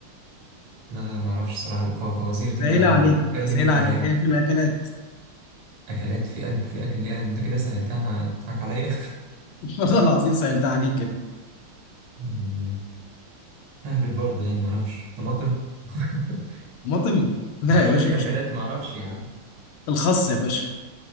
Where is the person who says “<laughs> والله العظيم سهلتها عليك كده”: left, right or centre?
Left